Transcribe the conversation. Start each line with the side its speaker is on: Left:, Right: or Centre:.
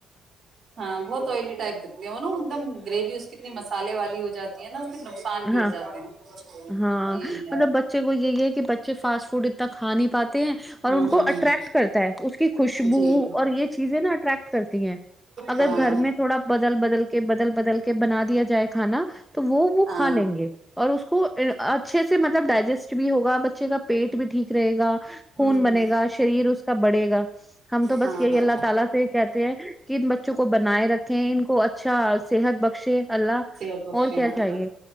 Right: ہاں بہت آئلی ٹائپ رکھتی ہو نا ایک دم گریوی اس کتنی مس سالے والی ہو جاتی ہے نا پھر نقصان
Centre: ہاں
Right: بھی ہو جاتے ہیں
Centre: ہاں
Right: یہی ہے
Centre: مطلب بچے کو یہی ہے بچے کہ فاسٹ اتنا کھا نہیں پاتے ہیں اور
Right: ہوں
Centre: ان کو
Right: ہوں
Centre: اٹرٹ کرتا ہے اس کی خوشبو
Right: جی
Centre: اور یہ چیزیں نا اٹریکٹ کرتی ہیں اگر
Right: ہاں
Centre: گھر میں تھوڑا بدل بدل کے بدل بدل کے بنا دیا ج ہے نا تو وہ وہ
Right: ہاں
Centre: کھا لیں گے اور اس کو اچھے سے سے مطلب ڈائجیسٹ بھی ہوگ بچے کا پیٹ بھی ٹھیک رہے گا خون
Right: ہوں
Centre: بنے
Right: ہوں
Centre: گا شریر اس کا بڑھے گا ہم تو بچ
Right: ہاں
Centre: گئی
Right: ہاں
Centre: اللہ تعالی سے کہتے ہیں جن بچوں کو بنائے رکھیں ان کو اچھا صحت بخشے اللہ
Right: ت
Centre: اور
Right: پھے
Centre: کیا
Right: ہاں
Centre: چاہیے